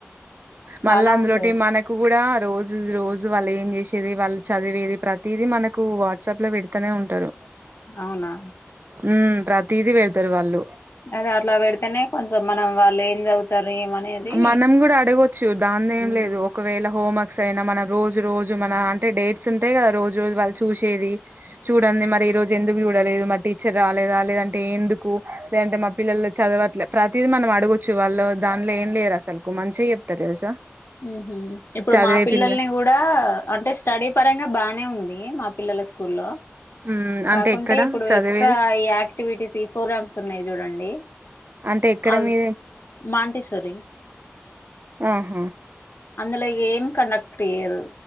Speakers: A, on the left; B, on the right.
A: చాలా
B: మళ్ళా అందులోటి
A: ఉంటాయి అస్
B: మనకు కూడా రోజుది రోజు వాళ్ళు ఏం చేసేది, వాళ్ళు చదివేది ప్రతిది మనకు వాట్సాప్ లో పెడతనే ఉంటారు.
A: అవునా
B: ఉమ్ ప్రతిది వెడతరు వాళ్ళు
A: అద అట్లా పెడితేనే కొంచం మనం వాళ్ళు ఏం చదువుతారు. ఏమనేది
B: మనం కూడా అడగొచ్చు దానిదె ఏం
A: ఉమ్
B: లేదు ఒకవే ఎలా హోమ్వర్స్ అయినా మన రోజు రోజు మన అంటేడేట్స్ ఉంటాయి కదా రోజు రోజు వాళ్ళు చూసేది. చూడండి మరి ఈ రోజు ఎం చూడలేదు మా టీచర్ రాలేదా లేదంటే, ఎందుకు లేదంటే మా పిల్లలు చదవట్లే ప్రతి మనం ఆడు కూర్చు వాళ్ళు దానిలో ఏం లేరు అసలుకు మంచిగా చెప్తా తెలుసా?
A: ఆహ ఇప్పుడు
B: చదివే
A: మా పిల్లల్ని
B: పిల్ల
A: కూడా అంటే స్టడీ పరంగా బానే ఉంది. మా పిల్లల స్కూల్లో
B: ఉమ్ అంటే
A: కాకుంటే
B: ఎక్కడ
A: ఇప్పుడు
B: చదివేది
A: ఎక్స్ట్రా ఈ యాక్టివిటీస్, ఈ ప్రోగ్రామ్స్ ఉన్నాయి చూడండి.
B: అంటే ఎక్కడ
A: అద్
B: మీ
A: మాంటిస్సోరి
B: ఆహ
A: అందులో ఏం కండక్ట్ ఇయ్యరు.